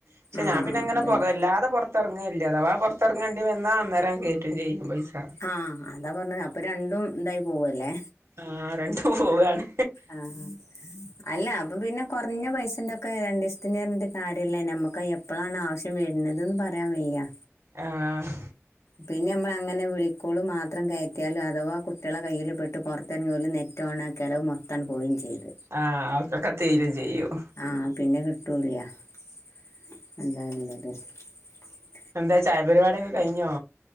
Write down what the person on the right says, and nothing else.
പക്ഷെ
ഞാൻ പിന്നെങ്ങനെ
പൊർ വല്ലാതെ പൊറത് പൊർത്തെർങ്ങലില്ലാ അഥവാ പൊർത്തെറങ്ങേണ്ടി വന്നാ അന്നേരം അങ്ങ് കേറ്റും ചെയ്യും പൈസാ
ആഹ് രണ്ടും പോവാണ്
ആഹ്
ആഹ് <unintelligible> തീരും ചെയ്യും
എന്തേ ചായ പരിപാടിയൊക്കെ കയിഞ്ഞോ